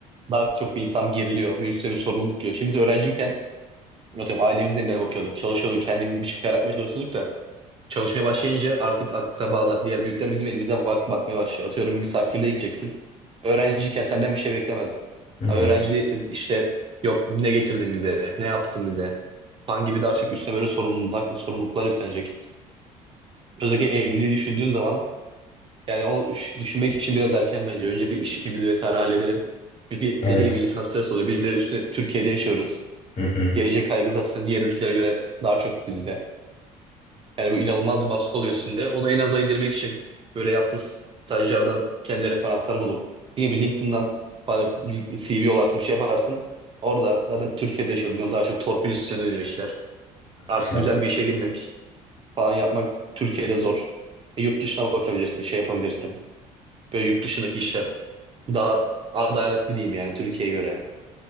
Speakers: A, on the right (about 35°); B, on the left (about 45°).
A: daha çok bir insan geriliyor. Bir üstüne bir sorumluluk geliyor. Şimdi biz öğrenciyken atıyorum ailemizden de bakıyorduk. Çalışıyorduk kendimizi bir şeyler yapmaya çalışıyorduk da çalışmaya başlayınca artık akrabalar diğer büyükler bizim elimize bak bakmaya başlıyor. Atıyorum bir misafirliğe gideceksin. Öğrenciyken senden bir şey beklemez.
B: Hı hı.
A: Ama öğrenci değilsin işte yok ne getirdin bize ne yaptın bize Kan gibi daha çok üstüne böyle sorumluluklar, sorumluluklar yüklenecek. Özellikle evliliği düşündüğün zaman yani o iş- düşünmek için biraz erken bence. Önce bir işimizi vesaire halledelim. Çünkü
B: Evet.
A: dediğim gibi insan stres oluyor. Bir de üstüne Türkiye'de yaşıyoruz.
B: Hı hı.
A: Gelecek kaygı zaten diğer ülkelere göre daha çok bizde. Yani bu inanılmaz bir baskı oluyor üstünde. Onu en aza indirmek için böyle yaptığın stajlardan kendi referanslar bulup yine bir LinkedIn'dan falan bir CV yollarsın bir şey yaparsın. Orada zaten Türkiye'de yaşıyoruz. Biliyorum daha çok torpil üstüne dönüyor işler.
B: Haklısın
A: Artık
B: aga.
A: güzel bir işe girmek, falan yapmak Türkiye'de zor. E, yurt dışına bakabilirsin, şey yapabilirsin. Böyle yurt dışındaki işler daha adaletli diyeyim yani Türkiye'ye göre.